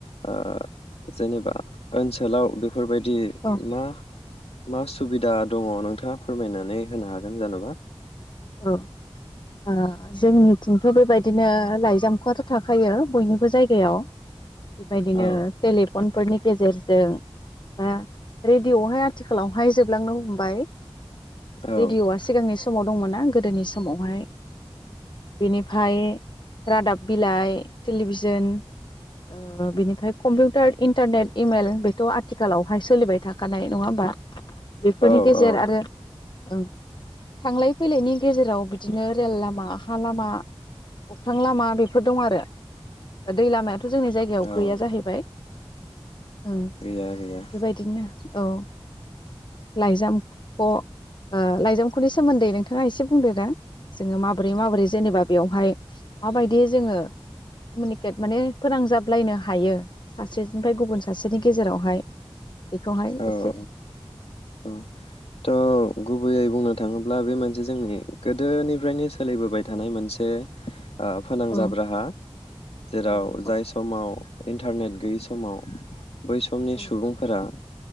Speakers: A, on the left (about 80°); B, on the left (about 50°).
A: ओ जेनेबा ओनसोलाव बे फोरबायदि
B: औ
A: मा मा सुबिदा दङ नोंथाङा फोरमायनानै होनो हागोन जेन'बा
B: औ ओ जोंनिथिंथ' बेबायदिनो लाइजामख' आथ' थाखायो बयनिबो जायगायाव बेबायदिनो
A: औ
B: टेलिफनफोरनि गेजेर जों बा रेडिय'आवहाय आथिखालावहाय जोबलांनो हमबाय
A: औ
B: रेडिअ'आ सिगांनि स दंमोना गोदोनि समावहाय बिनिफाय रादाब बिलाइ टेलिभिजोन ओ बिनिफ्राय कम्पिउटार इन्टारनेट इमेल बेथ' आथिखालावहाय सोलिबाय थाखानाय नङा होमबा? बेफोरनि
A: औ
B: गेजेर
A: औ
B: आरो औ थांलाय फैलायनि गेजेराव बे बिदिनो रेल लामा हा लामा अख्रां लामा बेफोर दं आरो दै लामायाथ' थ' जोंनि जायगायाव
A: औ
B: गैया जाहैबाय। ओं
A: गैया गैया
B: बेबायदिनो औ लाइजाम ख' ओ लाइजामख'नि सोमोन्दै नों थाङा एसे बुंदो दा जोङो माबोरै माबोरै जेनेबा बेयावहाय माबायदि जोङो कमिउनिकेट माने फोनांजाबलायनो हायो सासेनिफ्राय गुबुन सासेनि गेजेरावहाय। बेखौहाय
A: औ अ
B: एसे
A: अ थ' गुब बैयै बुंनो थाङोब्ला बे मोनसे जोंनि गोदोनिफ्रायनो सोलिबोबाय थानाय मोनसे ओ फोनांजाब
B: औ
A: राहा जेराव
B: औ नंगौ
A: जाय समाव इन्टारनेट गैयै समाव बै समनि
B: औ
A: सुबुंफोरा